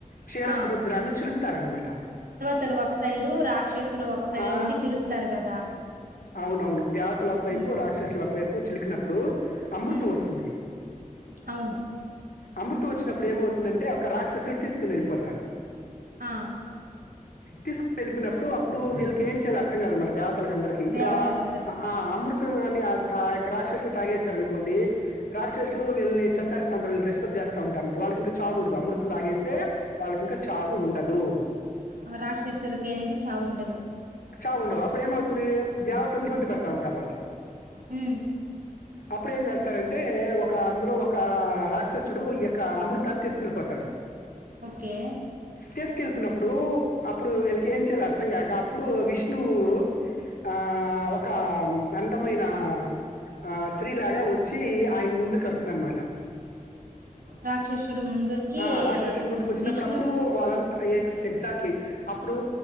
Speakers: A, on the left; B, on the right.
A: కేరా
B: ఆ
A: సముద్రాన్ని చులుపుతారనమాట.
B: తల్ ఒక సైడు, రాక్షసులు ఒక సైడ్
A: ఆ
B: ఉండి చిలుకుతారు కదా.
A: అవునవును దేవతలు ఒకవైపు,
B: ఉమ్
A: రాక్షసులు ఒకవైపు, చిలికినప్పుడు అమృతం
B: ఉమ్
A: వస్తుంది.
B: అవును
A: అమృతం వచ్చినప్పుడు ఏమవుతుందంటే, ఒక రాక్షసుడు తీసుకుని వెళ్ళిపోతాడు.
B: ఆ
A: తీసుక్ వెళ్ళిపినప్పుడు అప్పుడు వీళ్ళకి ఏం చేయాల్ అర్థం గాద్ అనమాట దేవత్ తల్క్ అందరికి ఇప్పుడు
B: దేవతలందరికి
A: ఆ ఆ అమృత్ తొంగాని ఆ ఆ యొక్క రాక్షసులు తాగేసారు అనుకోండి. రాక్షసులు వీళ్ళని చంపేస్తా ఉంటారు గెస్టోధ్య ఏస్తా ఉంటారు. ఇంక్ వాళ్ళకి ఇంకా చావు ఉండదు, అమృతం తాగేస్తే వాళ్ళకింకా చావు ఉండదు.
B: ఆ రాక్షసులకి అనేది చావుండదు.
A: చా ఉండదు. అప్పుడు ఏమవుతుంది, దేవతలు ఇబ్బంది పెడతా ఉంటారు వాళ్ళు
B: హూ
A: అప్పుడు ఏం జేస్తారంటే, ఒక అందులో ఒక రాక్షసుడు ఈ యొక్క అమృతాన్ని తీసుకెళ్ళిపోత్ కడవ్
B: ఓకే
A: తెస్కెలపోయినప్ ప్పుడు అప్పుడు ఇళ్లక్ ఏం చేయాలో అర్థం కాక అప్పుడు విష్ణువు ఆ ఒక ఆమ్ అందమైన ఆ శ్రీ లాగా వచ్చి ఆయన ముందుకు వస్తున్నానామాట.
B: రాక్షసుడు ముందరికి
A: ఆ రాక్షసి ముందుకు వచ్చినప్పుడు
B: విష్ణు
A: అప్పుడు వాళ్ళంతా సెగ్జాట్లి అప్పుడు